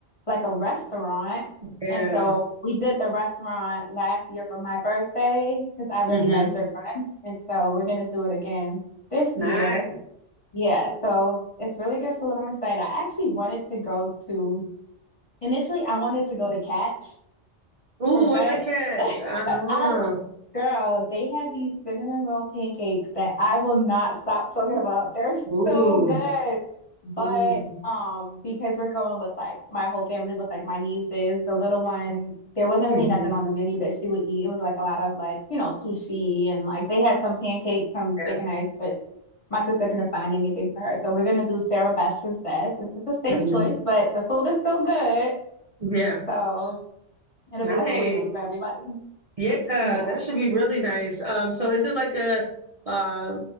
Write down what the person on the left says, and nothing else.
like a restaurant.
And so we did the restaurant last year for my birthday because I really
like their brunch. And so we're gonna do it again this
year. Yeah, so it's really good food. I'm excited. I actually wanted to go to initially I wanted to go to Catch
for brunch.
<laughs>
I Girl, they have these cinnamon roll pancakes that I will not stop talking about. They're
so good. But
um, because we're going with like my whole family with like my nieces, the little one, there wasn't
really nothing on the menu that she would eat. It was like a lot of like, you know, sushi and like they had some pancakes, some steak
and eggs, but my sister couldn't find anything for her. So we're gonna do Sarah Best instead, since it's a safe
choice, but the food is still good.
So it'll
be like a win-win for everybody.
Yeah.